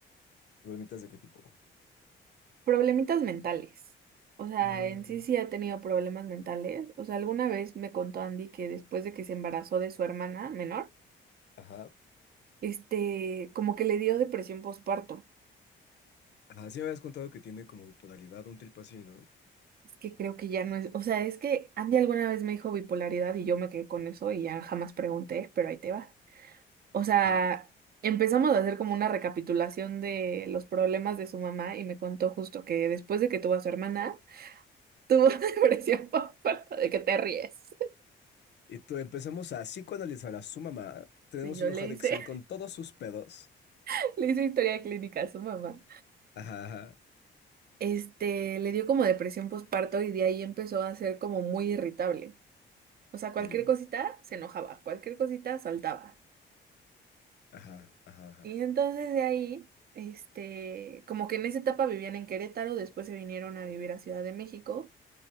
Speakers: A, on the left; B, on the right.
A: ¿Dolmitas de qué tipo?
B: Problemitas mentales. O sea,
A: Mm.
B: en sí sí ha tenido problemas mentales. O sea, alguna vez me contó Andy que después de que se embarazó de su hermana menor,
A: Ajá.
B: este, como que le dio depresión postparto.
A: Ajá, sí me habías contado que tiene como bipolaridad, un trip así, ¿no?
B: Es que creo que ya no es, o sea, es que Andy alguna vez me dijo bipolaridad y yo me quedé con eso y ya jamás pregunté, pero ahí te va. o sea,
A: Ujú.
B: empezamos a hacer como una recapitulación de los problemas de su mamá y me contó justo que después de que tuvo a su hermana, tuvo <laughs> depresión por falta de que te ríes.
A: Y tú empezamos a psicoanalizar a su mamá. Tenemos
B: Y yo
A: una
B: le
A: hoja de
B: hice,
A: Excel con todos sus pedos.
B: <laughs> le hice historia clínica a su mamá.
A: Ajá, ajá.
B: Este, le dio como depresión postparto y de ahí empezó a ser como muy irritable. O sea, cualquier
A: Ok.
B: cosita se enojaba, cualquier cosita saltaba.
A: Ajá, ajá, ajá.
B: Y entonces de ahí, este, como que en esa etapa vivían en Querétaro, después se vinieron a vivir a Ciudad de México.